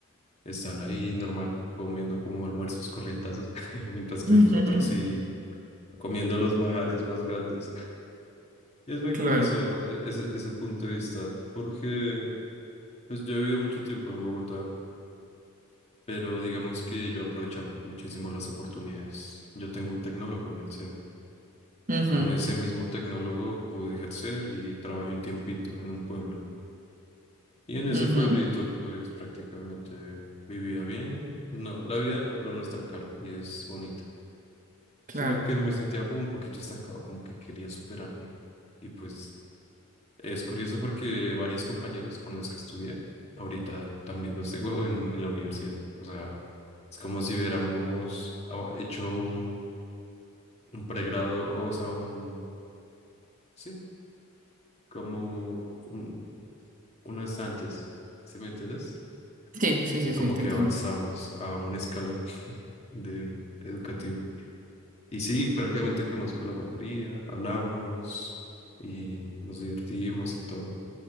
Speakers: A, on the left (about 30°); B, on the right (about 35°).
A: están ahí normal comiendo como almuerzos corrientazos, <laughs> mientras que
B: <laughs>
A: los otros sí comiendo los manjares más grandes. Es muy
B: Claro.
A: curioso eh, ese, ese punto de vista, porque Pues yo he vivido mucho tiempo en Bogotá, pero digamos que yo he aprovechado muchísimo las oportunidades. Yo tengo un tecnólogo en el SENA.
B: Ujú,
A: Con ese mismo tecnólogo pude ejercer y trabajé un tiempito en un pueblo. Y en ese
B: ujú,
A: pueblito, pues prácticamente vivía bien. No, la vida de pueblo no es tan cara y es bonita,
B: Claro.
A: sino que me sentía como un poquito estancado, como que quería superarme. Y pues Es curioso porque varios compañeros con los que estudié, ahorita también los tengo en, en la universidad. O sea, es como si hubiéramos ah, hecho un, un pregrado, o sea, un, sí, como un, unos antes, ¿sí me entiendes?
B: Sí, sí,
A: Y
B: sí,
A: como
B: sí, te
A: que
B: entiendo.
A: avanzamos a un escalón de educativo. Y sí, prácticamente conozco a la mayoría, hablamos y nos divertimos y todo.